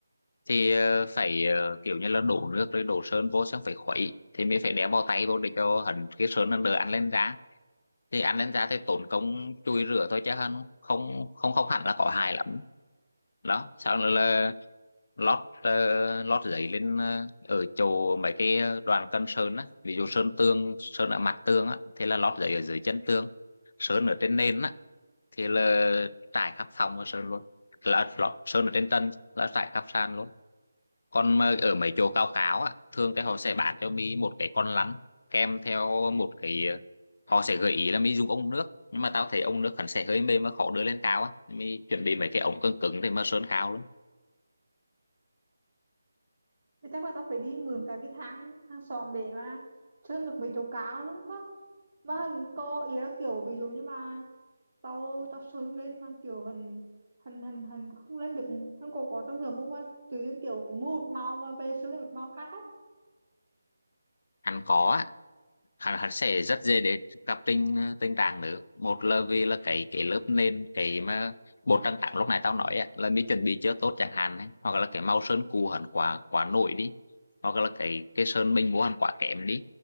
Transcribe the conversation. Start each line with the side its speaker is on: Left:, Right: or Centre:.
Left: thì ờ, phải ờ, kiểu như là đổ nước rồi đổ sơn vô xong phải khuấy thì mình phải đeo bao tay vô để cho hẳn cái sơn nó đỡ ăn lên da thì ăn lên da thì tốn công chùi rửa thôi chứ hơn không không không hẳn là có hại lắm đó sau nữa là lót ờ, lót giấy lên ờ, ở chỗ mấy cái đoàn cân sơn á ví dụ sơn tường sơn ở mặt tường á thì là lót giấy ở dưới chân tường sơn ở trên nền á thì là trải khắp phòng và sơn luôn là lót sơn ở trên tân là trải khắp sàn luôn còn mà ở mấy chỗ cao cáo á thường thì họ sẽ bán cho mi một cái con lăn kèm theo một cái họ sẽ gợi ý là mi dùng ống nước nhưng mà tao thấy ống nước hẳn sẽ hơi mềm và khó đưa lên cao á mi chuẩn bị mấy cái ống cứng cứng để mà sơn cao lắm
Right: thì chắc là tao phải đi mượn cả cái thang hàng xóm để mà chân được mấy chỗ cao lắm có mà hình có ý là kiểu ví dụ như mà tao tao sớm lên mà kiểu hình hình hình hình không lên được hình có có trong người mua mà tự nhiên kiểu mua một màu mà về sớm lên một màu khác không
Left: hắn có á hắn hắn sẽ rất dễ để gặp tình tình trạng nữa một là vì là cái cái lớp nền cái mà bột trang trắng lúc này tao nói á, là mi chuẩn bị chưa tốt chẳng hạn ấy. hoặc là cái màu sơn cũ hẳn quá quá nổi đi hoặc là cái cái sơn mình mua hẳn quá kém đi